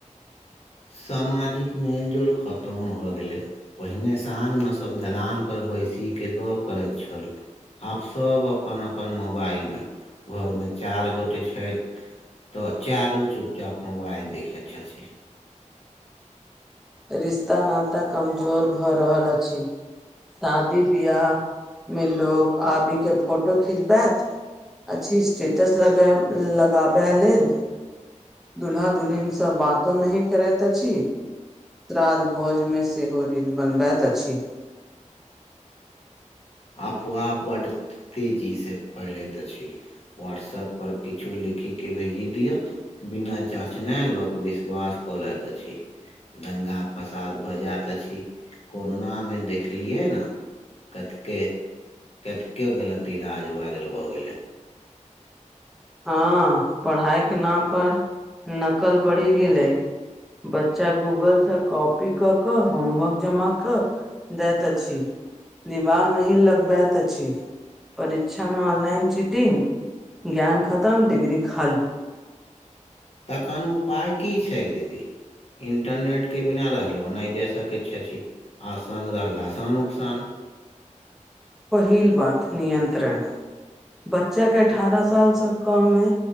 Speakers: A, on the left; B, in the centre.
A: सामाजिक मेलजोल खतम भऽ गेलै पहिने साँझमे सभ दलानपर बैसी कऽ गप्प करैत छल आब सब अपन अपन मोबाइल मे घरमे चारि गोटे छथि तऽ चारू चुप चाप मोबाइल देखथ छथि
B: रिश्ता नाता कमजोर भऽ रहल अछि शादी बियिह मे लोग आबी के फोटो खिचबैत अछि स्टेटस लगाबे लगाबै लेल दुल्हा दुल्हिन सब बातो नहि करैत अछि श्राद्ध भोजमे सेहो रील बनबैत अछि
A: अफवाह बड्ड तेजीसँ फैलैत अछि व्हाट्सऐप पर किछु लिखी के भेजी दिअ बिना जाँचने लोक विश्वास कऽ लैत अछि दंगा फसाद भऽ जायत अछि कोरोनामे देखलियै ने कथि के कते गलत इलाज वायरल भऽ गेलै
B: हँ पढ़ाई के नाम पर नकल बढ़ी गेलेै बच्चा गूगलसँ कॉपी क क होमवर्क जमा कऽ देत अछि दिमाग नहि लगबैत अछि परीक्षा मे ऑनलाइन चीटिंग ज्ञान खतम डिग्री खाली
A: तखन उपाय की छैक दीदी इंटरनेट के बिना रहलहु नहि जाय सकैत छथि आ संग रहलासे नुकसान
B: पहिल बात नियन्त्रण बच्चा के अठारह साल से कम मे